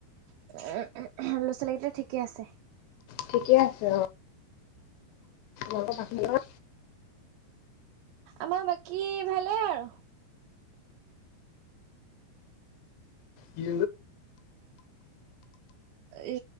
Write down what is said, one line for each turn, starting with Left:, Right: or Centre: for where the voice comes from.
Right: উ, ল'ৰা ছোৱালী কেইটা ঠিকে আছে
Left: ঠিকে, আছে অ', অ', ক
Right: আমাৰ বাকী ভালে আৰু
Left: কি
Right: এ,